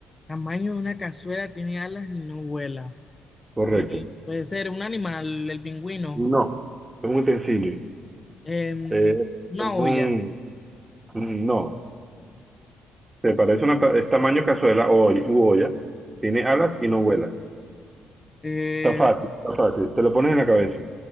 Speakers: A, on the left; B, on the right.
A: Tamaño de una cazuela, tiene alas y no vuela.
B: Correcto.
A: ¿Qué puede ser? Un animal, el pingüino.
B: No. Es un utensilio.
A: Em,
B: Eh, es
A: una
B: un...
A: olla.
B: No. Se parece una... pa- Es tamaño cazuela o oll- u olla. Tiene alas y no vuela.
A: Em,
B: Está fácil, está fácil. Te lo pones en la cabeza.